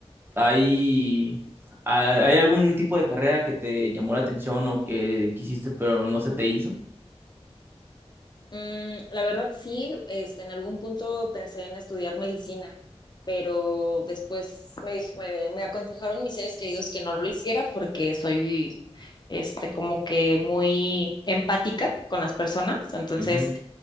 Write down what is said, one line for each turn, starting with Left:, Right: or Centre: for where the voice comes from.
Right: hay, ha- hay algún tipo de carrera que te llamó la atención o que quisiste pero no se te hizo?
Left: Mm, la verdad sí, este, en algún punto pensé en estudiar medicina, pero después me, dij- me, me aconsejaron mis seres queridos que no lo hiciera porque soy, este, como que muy empática con las personas, entonces,
Right: Ujú,